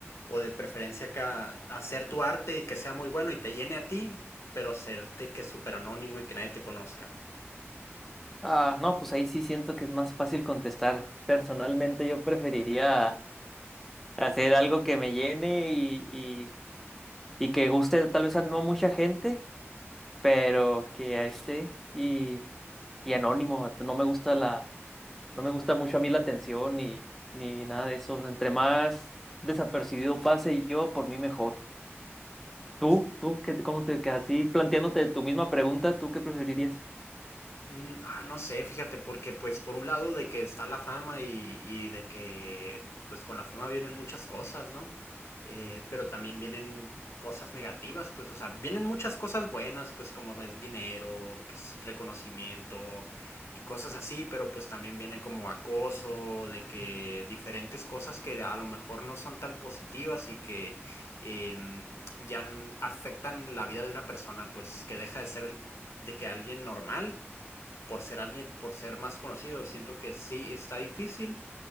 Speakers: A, on the left; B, in the centre.
A: o de preferencia que hacer tu arte y que sea muy bueno y te llene a ti, pero serte que es súper anónimo y que nadie te conozca.
B: Ah, no, pues ahí sí siento que es más fácil contestar. Personalmente yo preferiría hacer algo que me llene y, y, y que guste tal vez a no a mucha gente pero que ahí esté y, y anónimo, vato. no me gusta la, no me gusta
A: No,
B: mucho a mí la atención ni, ni nada de eso. Entre más desapercibido pase yo, por mí mejor. Tú,
A: sí.
B: tú, ¿qué, te- cómo te quedas? A ti, planteándote tu misma pregunta, ¿tú qué preferirías?
A: Mm, ah, no sé, fíjate, porque pues por un lado de que está la fama y, y de que pues con la fama vienen muchas cosas, ¿no? Eh, pero también vienen cosas negativas, pues, o sea, vienen muchas cosas buenas, pues como es dinero, que es reconocimiento y cosas así, pero pues también viene como acoso, de que diferentes cosas que a lo mejor no son tan positivas y que eh, ya afectan la vida de una persona, pues que deja de ser de que alguien normal por ser alguien, por ser más conocido, siento que sí está difícil.